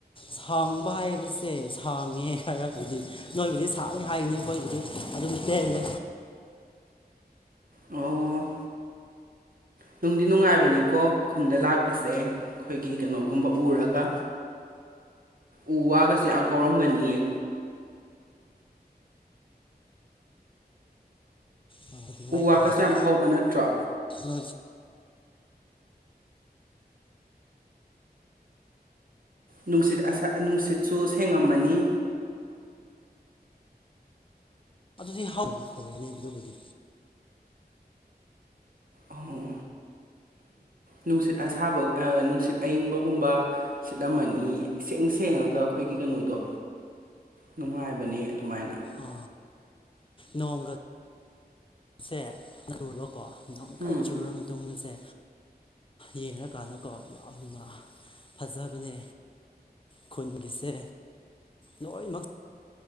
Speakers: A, on the left; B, on the right.
A: ꯁꯥꯡꯕ ꯍꯥꯏꯕꯁꯦ ꯁꯥꯡꯉꯦ ꯈꯔ ꯑꯗꯨꯗꯤ ꯅꯣꯏꯕꯨꯗꯤ ꯁꯥꯅꯤ ꯍꯥꯏꯅꯤ ꯑꯩꯈꯣꯏꯕꯨꯗꯤ ꯑꯗꯨꯝ ꯇꯦꯜꯂꯦ
B: ꯑꯣ ꯅꯨꯡꯗꯤ ꯅꯨꯡꯉꯥꯏꯕꯅꯤꯀꯣ ꯈꯨꯟꯗ ꯂꯥꯛꯄꯁꯦ ꯑꯩꯈꯣꯏꯒꯤ ꯀꯩꯅꯣꯒꯨꯝꯕ ꯎꯔꯒ ꯎ ꯋꯥꯒꯁꯦ ꯌꯥꯝ ꯍꯧꯔꯝꯒꯅꯤꯌꯦ
A: ꯔ ꯅꯨꯡꯉꯥꯏ
B: ꯎ ꯋꯥꯒꯁꯨ
A: ꯑꯗꯨꯗꯤ
B: ꯌꯥꯝ ꯍꯧꯕ ꯅꯠꯇ꯭ꯔꯣ
A: ꯅ
B: ꯅꯨꯡꯁꯤꯠ ꯑꯁ ꯅꯨꯡꯁꯤꯠꯁꯨ ꯁꯦꯡꯉꯝꯃꯅꯤ
A: ꯑꯗꯨꯗꯤ ꯍꯥꯎꯏ ꯑꯩꯈꯣꯏ ꯑꯅꯦ ꯑꯗꯨꯕꯨꯗꯤ
B: ꯑꯣ ꯅꯨꯡꯁꯤꯠ ꯑꯁꯥꯕ ꯅꯨꯡꯁꯤꯠ ꯑꯏꯤꯡꯕꯒꯨꯝꯕ ꯁꯤꯠꯂꯝꯃꯅꯤ ꯏꯁꯦꯡ ꯁꯦꯡꯉꯒ ꯑꯩꯈꯣꯏꯒꯤ ꯀꯩꯅꯣꯗꯣ ꯅꯨꯡꯉꯥꯏꯕꯅꯤ ꯑꯗꯨꯃꯥꯏꯅ
A: ꯑ ꯅꯣꯡꯒꯁ ꯁꯦ ꯆꯨꯨꯔꯀꯣ ꯑꯃꯨꯛꯀ
B: ꯎꯝ
A: ꯆꯨꯔꯕ ꯃꯇꯨꯡꯗꯁꯦ ꯌꯦꯡꯉꯀꯥꯟꯗꯀꯣ ꯌꯥꯝꯅ ꯐꯖꯕꯅꯦ ꯈꯨꯟꯒꯤꯁꯦ ꯂꯣꯏꯅꯃꯛ